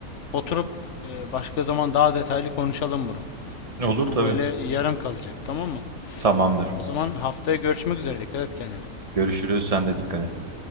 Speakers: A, on the left (about 60°); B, on the right (about 25°).
A: Oturup e, başka zaman daha detaylı konuşalım bunu. Çünkü
B: Olur
A: bu
B: tabii.
A: böyle yarım kalacak, tamam mı?
B: Tamamdır.
A: O zaman haftaya görüşmek üzere. Dikkat et kendine.
B: Görüşürüz. Sen de dikkat et.